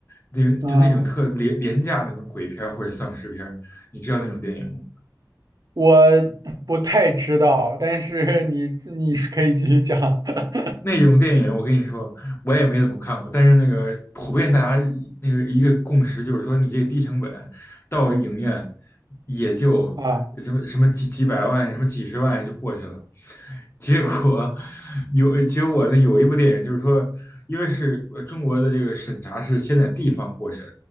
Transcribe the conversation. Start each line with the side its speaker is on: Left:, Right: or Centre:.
Left: 那就那种特廉廉价那种鬼片或者丧尸片你知道那种电影吗？
Right: 啊，我不太知道，但是你你是可以继续讲 <laughs>
Left: 那种电影，我跟你说，我也没怎么看过。但是那个普遍大家那个一个共识就是说，你这个低成本到影院也就什么什么几几百万、
Right: 啊，
Left: 什么几十万就过去了。结果有结果呢，有一部电影就是说，因为是呃中国的这个审查是先在地方过审，